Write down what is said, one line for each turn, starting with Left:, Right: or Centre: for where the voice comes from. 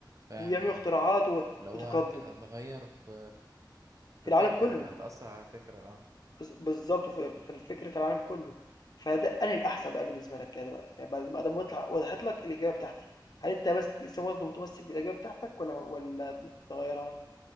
Right: فاهم
Left: ويعملوا
Right: اه
Left: اختراعات و-
Right: لو
Left: وتقدم
Right: هت- هتغير في في
Left: في العالم
Right: فكر
Left: كله
Right: هتأثر على فكرة اه
Left: بز- بالظبط في في فكره العالم كله فده انهي الاحسن بقى بالنسبه لك كده دلوقتي يعني بعد ما ادام وضح- وضحت لك الاجابه بتاعتي هل انت بس لسه برضه متمسك بالاجابه بتاعتك ولا ولا ممكن تغيرها؟